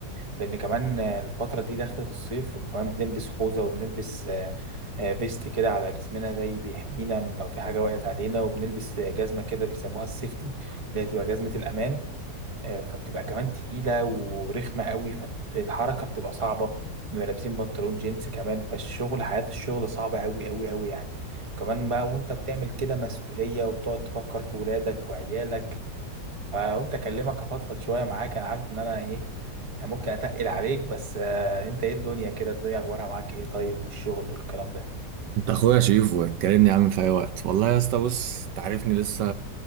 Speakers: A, on the right (about 20°); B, on the right (about 75°).
A: لان كمان آه، الفتره دي دخلت الصيف وكمان بنلبس خوذه وبنلبس آه، آه، فيست كده على جسمنا زي بيحمينا من لو في حاجه وقعت علينا وبنلبس آه، جزمه كده بيسموها السيفتي اللي هي بتبقى جزمه الامان آه، فبتبقى كمان تقيله ورخمه قوي فالحركه بتبقى صعبه بنبقى لابسين بنطلون جينز كمان فالشغل حياه الشغل صعبه قوي قوي قوي يعني كمان بقى وانت بتعمل كده مسؤوليه وبتقعد تفكر في ولادك وعيالك فقلت اكلمك افضفض شويه معاك انا عارف ان انا ايه يعني ممكن اتقل عليك بس آه، انت ايه الدنيا كده الدنيا اخبارها معاك ايه طيب والشغل والكلام ده
B: انت اخويا شريفه اتكلمني يا عم في اي وقت والله يا اسطى بص تعرفني لسه